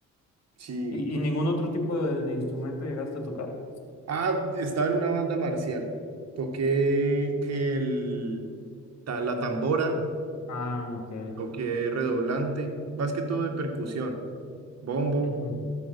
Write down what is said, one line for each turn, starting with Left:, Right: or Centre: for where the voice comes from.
Right: Sí.
Left: ¿Y, y ningún otro tipo de, de instrumento llegaste a tocar?
Right: Ah, estaba en una banda marcial. Toqué el, ta- la tambora,
Left: Ah, ok.
Right: toqué redoblante, más que todo de percusión, bombo.
Left: Ujú.